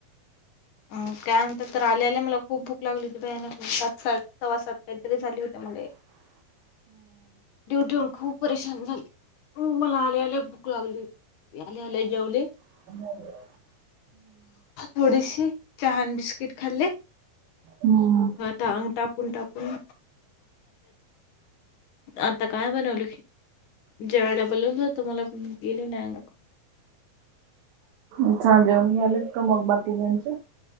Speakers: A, on the left; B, on the right.
A: अ त्यानंतर तर आल्याल्या मला खूप भूक लागली होती. बयानेक सात सात सवा सात काहीतरी झाले होते. म
B: ह <unintelligible>
A: ड्युटी होन खूप परेशान झाले. मला आल्या आल्या भूक लागली होती. आलयावर जेवले.
B: ह
A: थोडी चहान बिस्किट खाल्ले.
B: हम्म
A: टांग. टाकून टाकून आता काय बनवलं. ज्या वेळेला बो लावूनत त मला पण गेले नाही.
B: अच्छा जेवण मिलेत का मग बाकी त्यांचे <unintelligible>